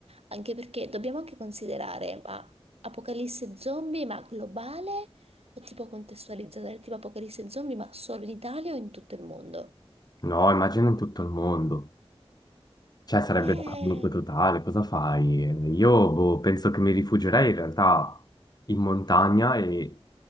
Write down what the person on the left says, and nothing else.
No, immagino in tutto il mondo. Cioè, sarebbe
da panico totale, cosa fai? Io boh, penso che mi rifugierei in realtà in montagna e